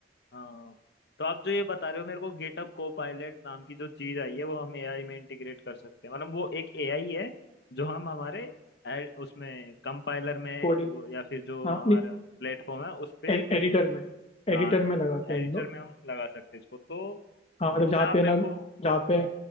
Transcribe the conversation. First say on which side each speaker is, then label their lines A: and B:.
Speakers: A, on the left (about 65°); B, on the left (about 35°).
A: हाँ तो आप जो ये बता रहे हो मेरे को गेटअप को पायलट नाम की जो चीज आई है वो हम एआई में इंटीग्रेट कर सकते हैं मतलब वो एक एआई है जो हम हमारे ad- उसमें कंपाइलर में
B: कोडिंग
A: वो- या फिर जो
B: हाँ
A: हमारा प्लेटफॉर्म है उस पे
B: ए, एडिटर में
A: हाँ
B: एडिटर में लगाते हैं
A: एडिटर
B: हम लोग
A: में हम लगा सकते हैं इसको तो
B: हाँ मतलब
A: इसमें
B: जहाँ
A: आप
B: पे
A: मेरे
B: ना
A: को
B: जहाँ पे